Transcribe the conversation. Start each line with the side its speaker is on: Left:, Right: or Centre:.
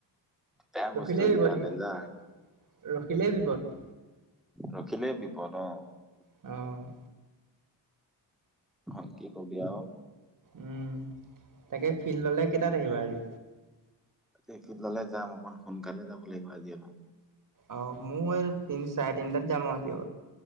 Centre: বেয়া
Right: ৰখিলেই
Centre: বস্তু এইকেইটা
Right: বিপদ, সেই
Centre: ডেঞ্জাৰ।
Right: ৰখিলেই বিপদ।
Centre: ৰখিলে বিপদ অ'।
Right: অ'।
Centre: এখন কি কবি আৰু।
Right: উম, তাকে ফিল্ডলে কেইটাত আহিবা আজি?
Centre: এই ফিল্ডলে যাম। অকণ সোনকালে যাব লাগিব আজি অলপ।
Right: অঁ মই তিনি চাৰে তিনিটাত যাম আৰু আজি।